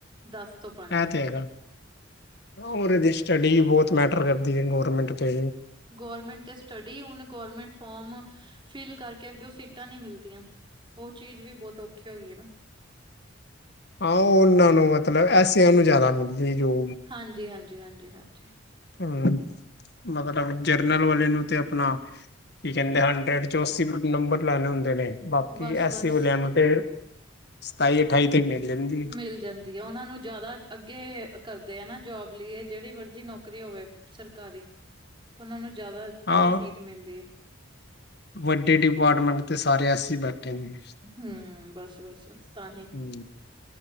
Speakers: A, on the right (about 25°); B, on the left (about 55°).
A: ਦਸ ਤੋਂ ਪੰਜ
B: ਇਹ ਤੇ ਹੈਗਾ ਹੋਰ ਇਹਦੀ ਸਟੱਡੀ ਵੀ ਬਹੁਤ ਮੈਟਰ ਕਰਦੀ ਹੈ। ਗੌਰਮੈਂਟ ਤੇ
A: ਗਵਰਮੈਂਟ ਤੇ ਸਟੱਡੀ ਹੁਣ ਗਮੈਂਟ ਫੋਮ ਫਿਲ ਕਰਕੇ ਅੱਗੇ ਉਹ ਸੀਟਾਂ ਨਹੀ ਮਿਲਦੀਆਂ ਉਹ ਚੀਜ਼ ਵੀ ਬਹੁਤ ਔਖੇ ਹੋ ਗਈ ਨਾ
B: ਆਹ ਉਹਨਾਂ ਨੂੰ ਮਤਲਬ ਐਸਿਆਂ ਨੂੰ ਜ਼ਿਆਦਾ ਮਿਲਦੀ ਜੋ
A: ਹਾਂਜੀ, ਹਾਂਜੀ, ਹਾਂਜੀ, ਹਾਂਜੀ
B: ਹੁੰ, ਮਤਲਬ ਜਰਨਲ ਵਾਲੇ ਨੂੰ ਤੇ ਆਪਣਾ ਕੀ ਕਹਿੰਦੇ, ਹੰਡਰਡ ਚੋ ਅੱਸੀ ਨੰਬਰ ਲੈਣੇ ਹੁੰਦੇ ਨੇ ਬਾਕੀ
A: ਬਸ
B: ਐਸ
A: ਬਸ
B: ਸੀ ਵਾਲਿਆਂ ਨੂੰ ਤੇ ਸਤਾਈ ਅਠਾਈ ਤੇ ਮਿਲ ਜਾਂਦੀ ਹੈ।
A: ਮਿਲ ਜਾਂਦੀ ਆ ਉਹਨਾਂ ਨੂੰ ਜ਼ਿਆਦਾ ਅੱਗੇ ਕਰਦੇ ਆ ਨਾ ਜੋਬ ਲਈ ਏ ਜਿਹੜੀ ਮਰਜ਼ੀ ਨੌਕਰੀ ਹੋਵੇ। ਸਰਕਾਰੀ, ਉਹਨਾਂ ਨੂੰ ਜ਼ਿਆਦਾ ਪਹਿਲੇ
B: ਹਾਂ
A: ਸੀਟ ਮਿਲਦੀ ਏ।
B: ਵੱਡੇ ਡਿਪਾਰਟਮੈਂਟ ਤੇ ਸਾਰੇ ਐਸ ਸੀ ਬੈਠੇ ਨੇ।
A: ਹਮ ਬਸ ਬਸ ਬਸ ਤਾਂ ਹੀ
B: ਹੂੰ